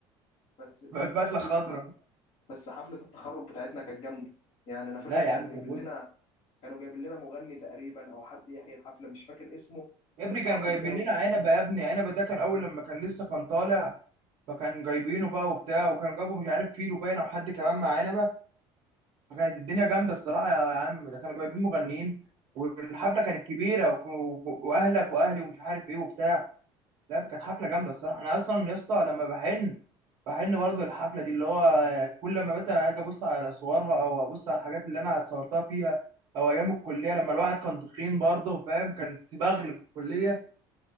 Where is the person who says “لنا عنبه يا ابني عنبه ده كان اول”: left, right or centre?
Right